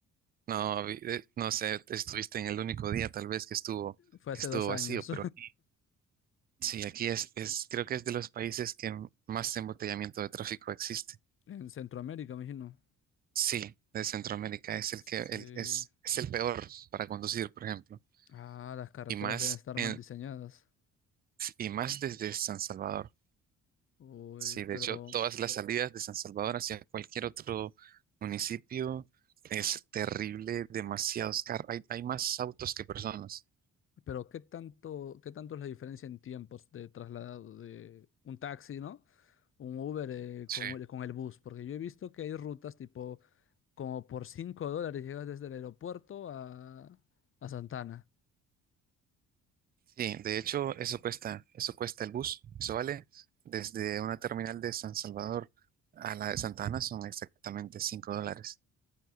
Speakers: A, on the right; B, on the left.
A: no, vi- eh, no sé, estuviste en el único día tal vez que estuvo,
B: Fue
A: que
B: hace
A: estuvo
B: dos
A: vacío,
B: años,
A: pero aquí, sí, aquí es, es, creo que es de los países que m- más embotellamiento de tráfico existe.
B: <laughs> en Centroamérica, me imagino.
A: Sí, de Centroamérica es el
B: Sí.
A: que el- es, es el peor para conducir, por ejemplo,
B: Ah, las carreteras
A: y más
B: deben estar
A: en-
B: mal diseñadas.
A: y más desde San Salvador.
B: Uy,
A: Sí,
B: pero,
A: de hecho, todas las salidas de San Salvador hacia cualquier otro municipio es terrible, demasiados carros, hay, hay más autos que personas.
B: pero ¿qué tanto, qué tanto es la diferencia en tiempos de traslado de un taxi, ¿no? Un Uber eh,
A: Sí,
B: con, el- con el bus, porque yo he visto que hay rutas tipo como por 5 dólares llegas desde el aeropuerto a, a Santana.
A: Sí, de hecho, eso cuesta, eso cuesta el bus. Eso vale desde una terminal de San Salvador a la de Santa Ana son exactamente 5 dólares.